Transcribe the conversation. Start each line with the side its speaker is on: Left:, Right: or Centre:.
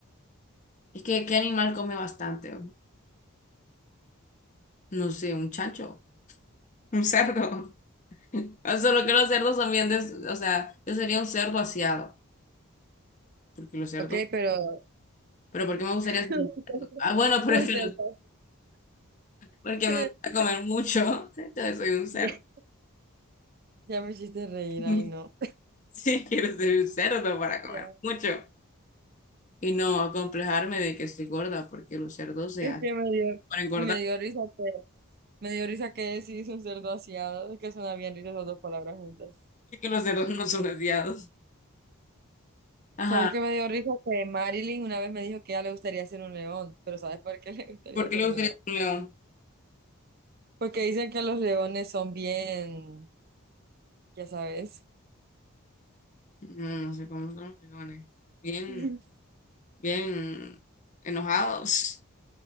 Left: Es que, ¿qué animal come bastante? No sé, un chancho. Un cerdo. <laughs> O sea, lo que los cerdos son bien, des- o sea, yo sería un cerdo aseado. porque los cerdos,
Right: Ok, pero...
Left: pero ¿por qué me gustaría
Right: <laughs>
Left: ser un... Ah, bueno, <laughs> pero
Right: Un
Left: es que
Right: cerdo.
Left: los... porque
Right: <laughs>
Left: me gusta comer mucho, <laughs> entonces soy un cerdo.
Right: Ya, ya me hiciste reír,
Left: <laughs>
Right: ay no.
Left: Sí, quiero ser un cerdo para
Right: <laughs>
Left: comer
Right: Ya,
Left: mucho y no acomplejarme de que estoy gorda, porque los cerdos se
Right: es
Left: hacen
Right: que me dio,
Left: para engordar,
Right: me dio risa Me dio risa que sí hizo un cerdo aseado, es que suena bien risa esas dos palabras juntas.
Left: porque los cerdos no son aseados. Ajá,
Right: ¿Sabes qué me dio risa? Que Marilyn una vez me dijo que a ella le gustaría ser un león, pero ¿sabes por qué <laughs> le gustaría
Left: ¿por qué
Right: ser
Left: le
Right: un
Left: gustaría
Right: león?
Left: ser un león?
Right: Porque dicen que los leones son bien, ya sabes.
Left: No, no sé cómo son los leones. Bien,
Right: <laughs>
Left: bien enojados.